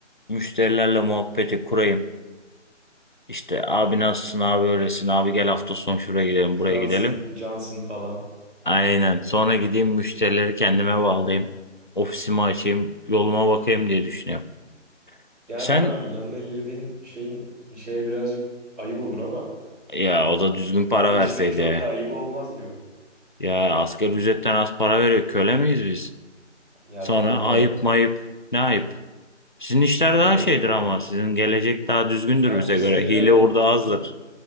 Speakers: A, on the left; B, in the centre.
A: Müşterilerle muhabbeti kurayım. İşte abi nasılsın abi öylesin abi gel hafta sonu şuraya gidelim
B: Kralsın,
A: buraya gidelim.
B: cansın falan.
A: Aynen. Sonra gideyim müşterileri kendime bağlayayım. Ofisimi açayım, yoluma bakayım diye düşünüyorum.
B: Yani
A: Sen
B: abi yanına girdiğin şeyin şeye birazcık ayıp olur ama
A: ya o da düzgün para
B: bu
A: verseydi.
B: işlerin çok da ayıbı olmaz gibi.
A: Ya asgari ücretten az para veriyor. Köle miyiz biz?
B: Ya
A: Sonra
B: tabii o
A: ayıp
B: da var.
A: mayıp. Ne ayıp? Sizin işler daha
B: Doğru
A: şeydir
B: dedin.
A: ama sizin gelecek daha düzgündür
B: Ama
A: bize
B: bizde
A: göre.
B: biraz
A: Hile orada
B: bir,
A: azdır.
B: bir